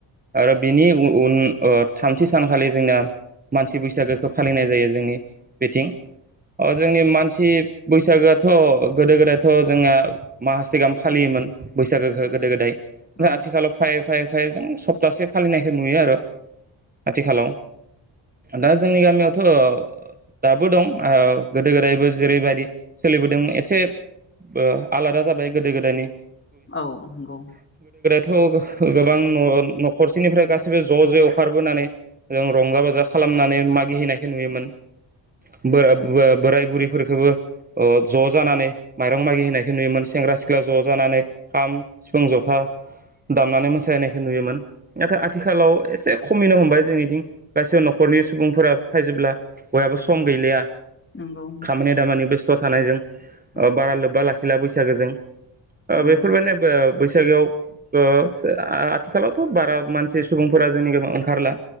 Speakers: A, on the right; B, on the left.
A: आरो बिनि उन--उन ओ थामथि सानखालि जोंना मानसि बैसागोखौ फालिनाय जायो जोंनि बिथिं अ जोंनि मानसि बैसागोआथ' गोदो गोदायथ' जोङा माससे गाहाम फालियोमोन बैसागोखौ गोदो गोदाय। ओ
B: औ
A: आथिखालाव फाइ फाय फाय जों सप्तासे फालिनायखौ नुयो आर आथिखालाव दा जोंनि गामियावथ' दाबो दं ओ गोदो गोदायबो जेरैबायदि सोलिबोदों एसे ओ आलादा जाबाय गोदो गोदायनि
B: औ नंगौ।
A: थ' गो गोबां न'--न'खरसेनिफ्राय गाैसैबो ज' ज'यै अखारबोनानै जों रंजा बाजा खालामनानै मागिहैनायखौ नुयोमोन। बो--बो--बोराय
B: औ
A: बुरि फोरखोबो ओ ज' जानानै माइरं मागि होनायखौ नुयोमोन सेंग्रा सिख्ला ज' जानानै खाम सिफुं जथा दामनानै मोसाहैनायखौ नुयोमोन नाथाय आथिखालाव एसे खमिनो हमबाय जोंनिदिं गासै न'खरनि सुबुंफोरा फायजोबला। बयहाबो सम गैलिया।
B: नंगौ
A: खामानि दामानि बेस थ' थानायजों। ओ
B: औ
A: बारा लोब्बा लाखि हेला बैसागोजों। ओ
B: नंगौ
A: बेफोर माने बोब बैसागोआव ओ सो आ--आथिखालावथ' बारा मानसि सुबुंफोरा जोंनि गामियाव ओंखारला।